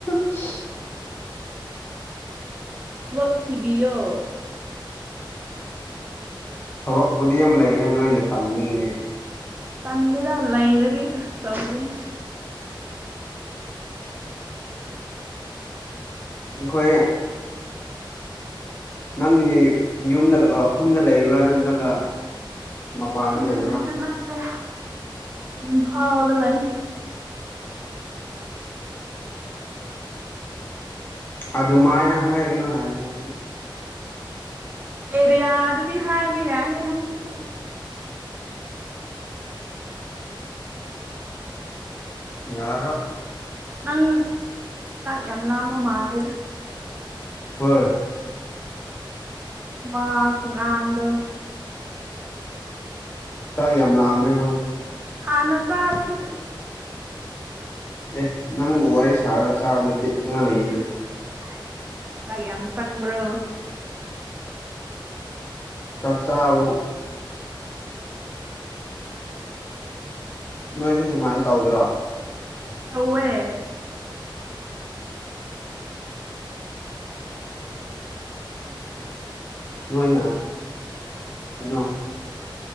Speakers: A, on the left; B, on the right.
A: <inaudible>
B: ꯊꯕꯛ ꯊꯤꯕꯤꯌꯣ
A: ꯊꯕꯛꯄꯨꯗꯤ ꯌꯥꯝ ꯂꯩꯌꯦꯅ ꯅꯣꯏꯅ ꯇꯥꯟꯅꯤꯡꯉꯅꯦ
B: ꯇꯟꯦꯗ ꯂ ꯏꯔꯗꯤ ꯇꯧꯒꯅꯤ
A: ꯑꯩꯈꯣꯏ ꯅꯪꯒꯤ ꯌꯨꯝꯗ ꯈꯨꯟꯗ ꯂꯩꯕꯨꯔꯥ ꯅꯠꯇ꯭ꯔꯒ ꯃꯄꯥꯟꯗ
B: ꯈꯨꯟꯗ
A: ꯂꯩꯕ꯭ꯔꯥ
B: ꯅꯠꯇꯦ ꯎ ꯐꯥꯎꯕ ꯂꯩ
A: ꯑꯗꯨꯃꯥꯏꯅ ꯍꯥꯏꯒꯅꯨ ꯍꯥꯏꯔꯅ
B: ꯑꯦꯔꯤꯌꯥ ꯑꯗꯨꯗꯤ ꯍꯥꯏꯕ ꯌꯥꯏ ꯍꯦꯟꯅ ꯁꯤꯁꯨ
A: ꯌꯥꯔ
B: ꯅꯪ ꯌꯥꯝꯝ ꯂꯃ ꯃꯥꯂꯦꯗ
A: ꯍꯣꯏ
B: ꯋꯥ ꯈꯨꯉꯗ
A: ꯇꯥꯒꯤ ꯍꯝꯂ ꯑꯃꯃꯦ ꯍꯣꯏ
B: ꯍꯥꯟ ꯅꯆꯥ ꯑꯔ ꯇ
A: ꯑꯦ ꯅꯪ ꯕ ꯄꯨꯋꯥꯔꯤ ꯁꯥꯔꯒ ꯆꯥꯕꯗꯠ ꯑꯃ ꯂꯩꯌꯦ
B: ꯍꯥꯏ ꯀꯥꯏ ꯌꯥꯝ ꯆꯒ꯭ꯔꯣ
A: ꯇꯞꯁꯕꯨ ꯅꯣꯏꯁꯦ ꯁꯨꯃꯥꯏꯅ ꯇꯧꯗ꯭ꯔꯣ
B: ꯇꯧꯋꯦ
A: ꯅꯣꯏ ꯅꯍꯥꯟ ꯀꯩꯅꯣ